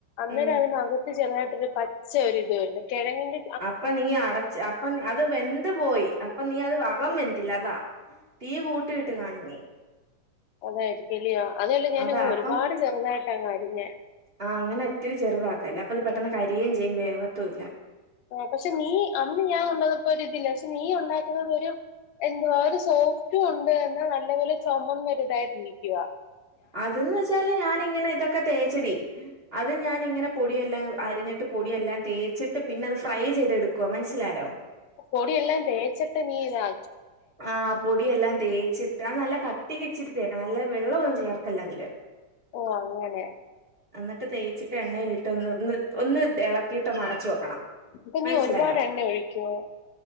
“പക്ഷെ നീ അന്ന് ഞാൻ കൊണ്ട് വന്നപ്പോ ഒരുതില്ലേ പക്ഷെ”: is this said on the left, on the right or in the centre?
Left